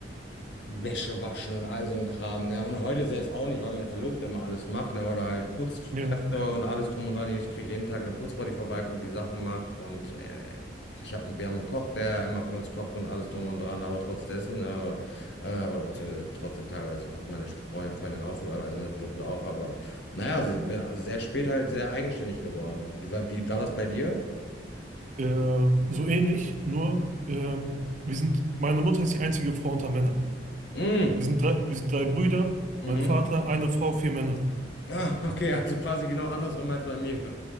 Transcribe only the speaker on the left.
Wäsche waschen und all so ein Kram, ne? Und heute selbst auch nicht, weil meine Verlobte immer alles macht, ne? Oder halt Putzkräfte
und alles drum und dran. Ich kriege jeden Tag eine Putzfrau, die vorbeikommt, die Sachen macht. Und äh, ich hab, wir haben einen Koch, der immer für uns kocht und alles drum und dran. Aber trotz dessen, ne? Äh, oder beziehungsweise trotzdem teilweise kocht meine Freundin, Freundin auch, für- also meine Verlobte auch. Aber naja, sie bin sehr spät halt sehr eigenständig geworden. Wie war, wie war das bei dir?
Mm,
mhm.
Ah, okay, also quasi genau andersrum als bei mir.